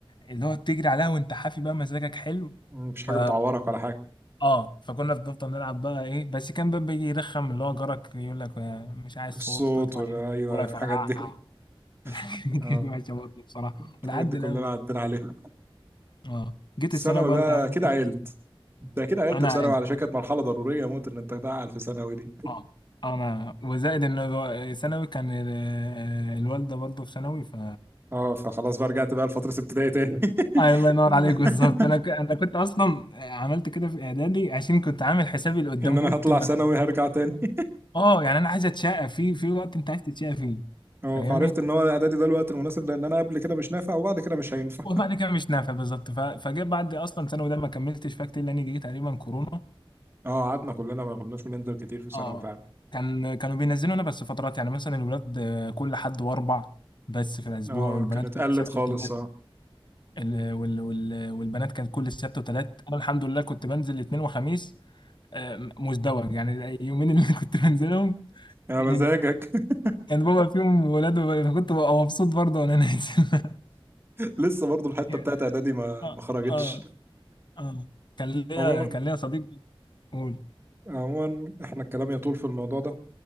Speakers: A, on the left; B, on the right.
A: اللي هو بتجري عليها وانت حافي بقى مزاجك حلو
B: <laughs> مفيش حاجه
A: ف
B: بتعورك ولا حاجه
A: اه فكنا بنفضل نلعب بقى ايه بس كان بقى بيجي يرخم اللي هو جارك يقول لك آه، مش عايز
B: الصوت
A: صوت تطلع
B: ولا
A: يمسك
B: ايوه
A: الكورة
B: الحاجات
A: يفرقعها
B: دي
A: <laughs>
B: <laughs> اه
A: كده وحشة برضه بصراحة
B: الحاجات
A: ولحد
B: دي كلنا
A: الآن
B: عدينا عليها
A: اه جيت
B: ثانوي
A: الثانوي بقى
B: بقى
A: انت عامل ايه
B: كده
A: في
B: عقلت
A: الثانوي؟
B: انت كده عقلت
A: انا
B: في
A: عقلت
B: ثانوي على كانت مرحله ضروريه موت ان انت تعقل في ثانوي دي
A: اه انا وزائد ان الو- ثانوي كان ال- الوالده برضه في ثانوي ف
B: اه فخلاص بقى رجعت بقى لفتره ابتدائي تاني
A: آه الله ينور
B: <laughs>
A: عليك بالظبط انا ك... انا كنت اصلا عملت كده في اعدادي عشان كنت عامل حسابي لقدام
B: ان انا
A: قلت
B: هطلع
A: ما
B: ثانوي
A: أنا-
B: هرجع تاني <laughs>
A: اه يعني انا عايز اتشقى في في وقت انت عايز تتشقى فيه
B: اه
A: فاهمني
B: فعرفت ان هو اعدادي ده الوقت المناسب لان انا قبل كده مش نافع وبعد كده مش هينفع
A: وبعد كده مش نافع بالظبط ف... فجيت بعد اصلا ثانوي ده ما كملتش فيها كتير لان جه تقريبا كورونا
B: <laughs> اه قعدنا كلنا ما كناش بننزل كتير في ثانوي
A: اه
B: فعلا
A: كان كانوا بينزلوا انا بس فترات يعني مثلا الولاد آه، كل حد واربع بس في الاسبوع
B: اه
A: والبنات
B: كانت
A: كل
B: قلت
A: سبت
B: خالص
A: وثلاث
B: اه
A: ال- وال وال والبنات كانت كل سبت وثلاث انا الحمد لله كنت بنزل الاثنين وخميس آه، مزدوج يعني اليومين اللي <laughs> كنت بنزلهم
B: يا
A: كان
B: مزاجك <laughs>
A: كان بابا فيهم ولاد وب- كنت ببقى مبسوط برضه وانا نازل <laughs>
B: لسه برضو الحته
A: يعني
B: بتاعت اعدادي ما
A: اه
B: ما خرجتش
A: اه اه كان ليا
B: عموما
A: كان ليا صديق قول
B: عموما احنا الكلام يطول في الموضوع ده